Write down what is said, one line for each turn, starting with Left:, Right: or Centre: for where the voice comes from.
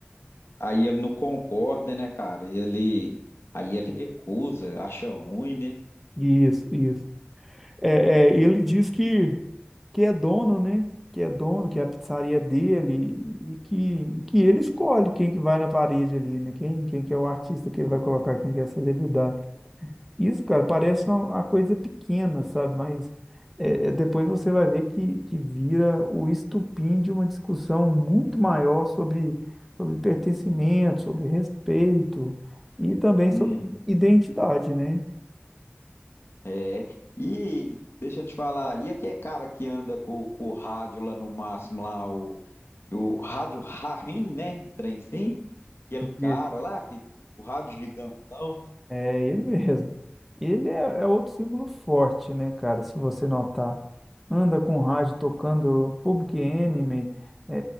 Left: Aí ele não concorda, né, cara? E Ele, aí ele recusa, acha ruim, né?
Centre: Isso, isso. É, é, ele diz que que é dono, né? Que é dono, que é a pizzaria dele e que, que ele escolhe quem que vai na parede ali, né? Quem, quem que é o artista que ele vai colocar, quem que é a celebridade. Isso, cara, parece uma, uma coisa pequena, sabe? Mas é, é, depois você vai ver que, que vira o estupim de uma discussão muito maior sobre, sobre pertencimento, sobre respeito e também
Left: Hum.
Centre: sobre identidade, né?
Left: É. E deixa eu te falar, e aquele cara que anda com, com o rádio lá no máximo, lá, o, o rádio Rarim, né? O trem sim, aquele cara
Centre: Isso.
Left: lá, que, o rádio gigantão.
Centre: É ele mesmo. Ele é, é outro símbolo forte, né, cara? Se você notar, anda com o rádio tocando Public Enemy, é,